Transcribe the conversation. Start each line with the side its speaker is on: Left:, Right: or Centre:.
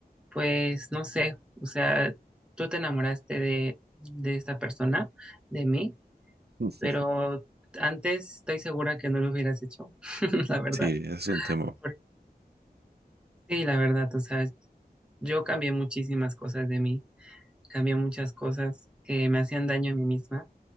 Centre: pues no sé, o sea, tú te enamoraste de, de esta persona, de mí,
Right: <laughs>
Centre: pero antes estoy segura que no lo hubieras hecho, <laughs> la verdad.
Right: Sí, es un tema.
Centre: Porque sí, la verdad, o sea, yo cambié muchísimas cosas de mí, cambié muchas cosas que me hacían daño a mí misma